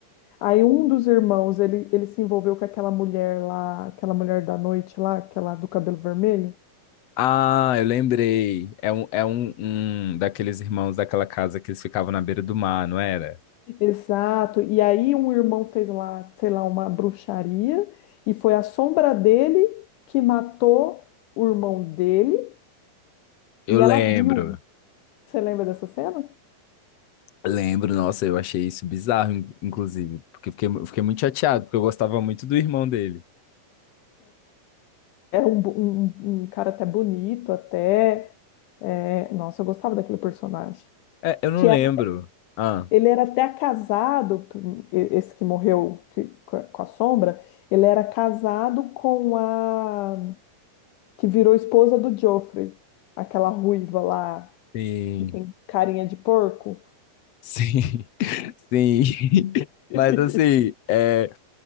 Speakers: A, on the left; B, on the left.
A: Aí um dos irmãos, ele, ele se envolveu com aquela mulher lá, aquela mulher da noite lá, aquela do cabelo vermelho?
B: Ah, eu lembrei. É um, é um, um daqueles irmãos daquela casa que eles ficavam na beira do mar, não era?
A: Exato. E aí um irmão fez lá, sei lá, uma bruxaria e foi a sombra dele que matou o irmão dele
B: Eu
A: e
B: lembro.
A: ela viu. Você lembra dessa cena?
B: Lembro, nossa, eu achei isso bizarro, in- inclusive, porque eu fiquei, eu fiquei muito chateado, porque eu gostava muito do irmão dele.
A: Era um, bo- um, um cara até bonito, até. é, Nossa, eu gostava daquele personagem.
B: É, eu não
A: Que
B: lembro.
A: era-
B: Ah,
A: ele era até casado, e- esse que morreu que- com a com a sombra, ele era casado com a que virou esposa do Joffrey, aquela ruiva lá.
B: Sim,
A: que tem carinha de porco.
B: sim, <laughs> sim. <laughs>
A: <laughs>
B: Mas assim, é,